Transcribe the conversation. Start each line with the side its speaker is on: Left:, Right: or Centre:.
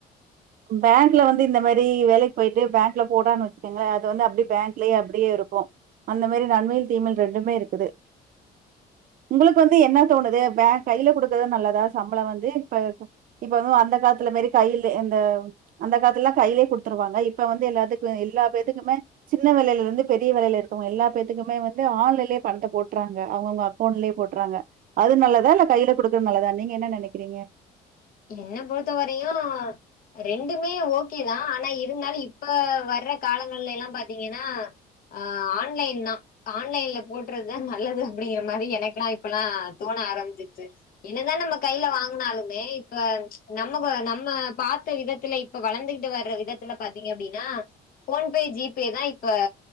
Right: பேங்க்ல வந்து இந்த மாரி வேலை போய்ட்டு பேங்க்ல போட்டான்னு வச்சுக்கோங்களேன் அது வந்து அப்படி பேங்க்லயே அப்படியே இருக்கு அந்த மாதிரி நன்மையில் தீமகள் ரெண்டுமே இருக்குது உங்களுக்கு வந்து என்ன தோணுது பே கையில குடுக்கறது நல்லதா சம்பள வந்து இப்ப இப்ப வந்து அந்த காலத்துல மாரி கையில அந்த அந்த காலத்துலல்லா கையிலயே குடுத்துருவாங்க இப்ப வந்து எல்லாத்துக்கு எல்லா பேத்துக்குமே சின்ன வேலையில இருந்து பெரிய வேலையில இருக்கவுங்க எல்லா பேத்துக்குமே வந்து ஆன்லைன்லயே பணத்த போட்டுறாங்க அவங்கவுங்க அக்கோன்ட்லயே போட்றாங்க அது நல்லதா இல்ல கைல குடுக்குறது நல்லதா நீங்க என்ன நினைக்கிறீங்க
Left: என்ன பொறுத்த வரையு ரெண்டுமே ஓகேதா ஆனா இருந்தாலு இப்ப வர்ற காலங்கள்ல எல்லாம் பாத்தீங்கன்னா ஆஹ் ஆன்லைன் தா ஆன்லைன்ல போட்டுறதுதா நல்லது அப்படிங்கற மாதிரி எனக்கெல்லா இப்பல்லா தோண ஆரம்பிச்சிச்சு என்னதா நம்ம கைல வாங்குனாலு மே இப்ப நம்ம நம்ம பாத்த விதத்துல இப்ப வளந்துகிட்டு வர விதத்துல பாத்திங்க அப்டின்னா ஃபோன்பே ஜிபேதா இப்ப